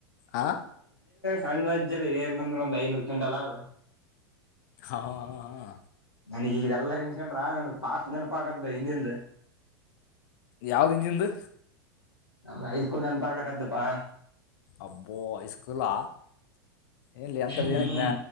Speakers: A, on the left; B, on the left.
A: ಆ?
B: ಸಣ್ ವಜ್ ಇರ್ಲಿ ಏನಂದ್ರ ಒಂದ್ ಐನೂರು ಕ್ಯುಂಟಲ್ ಅದ್ರ.
A: ಹಾ ಹಾ ಹಾ.
B: ನನಗ ಈದೆಲ್ಲಾ ನೆನ್ಸ್ಕೊಂಡ್ರ ನನ್ಗ್ ಪಾಸ್ಟ್ ನೆನಪ ಆಕದ್ದ ಹಿಂದಿಂದ
A: ಯಾವ್ದ ಇಂದಿಂದು
B: ನಮ್ ಹೈಸ್ಕೂಲ್ ನೆನಪಾಗಗಕ್ಕತ್ತಪಾ
A: ಅಬ್ಬೋ ಹೈಸ್ಕಲಾ ಏನ್ಲ್ಲಿ ಎಂತಥಏನಮ
B: ಹ್ಮ್